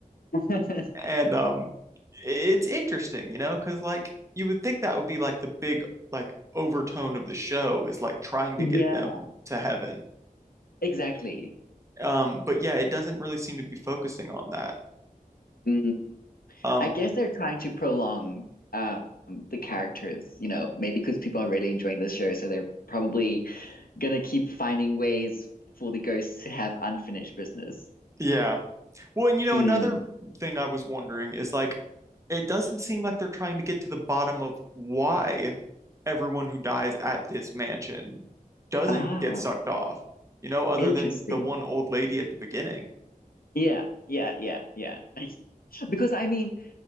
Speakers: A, on the left; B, on the right.
A: <laughs>
B: And um it's interesting, you know, because like you would think that would be like the big like overtone of the show is like trying
A: yeah,
B: to get them to heaven.
A: Exactly.
B: Um, but yeah, it doesn't really seem to be focusing on that.
A: mm,
B: Um,
A: I guess they're trying to prolong um, the characters, you know, maybe because people are really enjoying the show, so they're probably gonna keep finding ways for the ghosts to have unfinished business.
B: yeah. Well, and you know,
A: mm.
B: another thing I was wondering is like, it doesn't seem like they're trying to get to the bottom of why everyone who dies at this mansion doesn't
A: Ah,
B: get sucked off, you know, other
A: interesting.
B: than the one old lady at the beginning.
A: Yeah, yeah, yeah, yeah. <laughs> Because I mean,